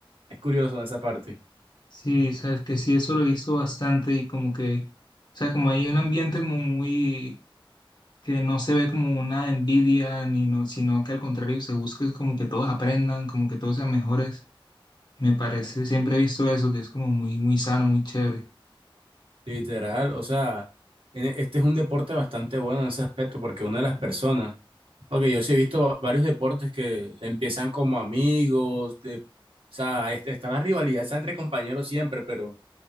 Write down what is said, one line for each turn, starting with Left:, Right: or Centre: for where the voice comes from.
Right: Es curioso esa parte,
Left: Sí, sabes que sí, eso lo he visto bastante y como que, o sea, como hay un ambiente como muy que no se ve como una envidia, ni no, sino que al contrario se busca es como que todos aprendan, como que todos sean mejores. Me parece, siempre he visto eso, que es como muy, muy sano, muy chévere.
Right: literal. O sea, en- e, este es un deporte bastante bueno en ese aspecto porque una de las personas, ok, yo sí he visto va- varios deportes que empiezan como amigos, de- o sea, este- está la rivalidad está entre compañeros siempre, pero